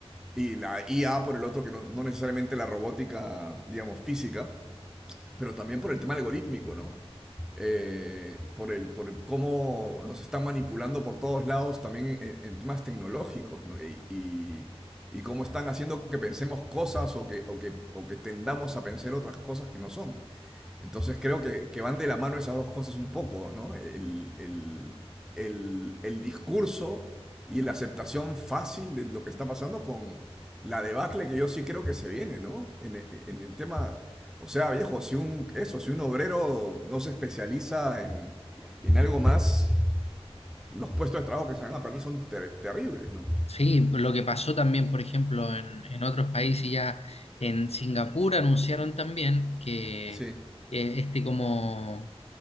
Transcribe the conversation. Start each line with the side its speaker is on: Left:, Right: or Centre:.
Centre: y la IA por el otro, que no, no necesariamente la robótica, digamos, física pero también por el tema algorítmico, ¿no? Eh, por, el, por el cómo nos están manipulando por todos lados también en, en temas tecnológicos, ¿no? Y, y, y, cómo están haciendo que pensemos cosas o que, o que, o que tendamos a pensar otras cosas que no son. Entonces creo que, que van de la mano esas dos cosas un poco, ¿no? El, el, el, el discurso y la aceptación fácil de lo que está pasando con la debacle que yo sí creo que se viene, ¿no? En, en el tema, o sea, viejo, si un, eso, si un obrero no se especializa en, en algo más, los puestos de trabajo que se van a perder son ter- terribles, ¿no?
Left: Sí, lo que pasó también, por ejemplo, en, en otros países ya, en Singapur anunciaron también que
Centre: Sí.
Left: eh, este como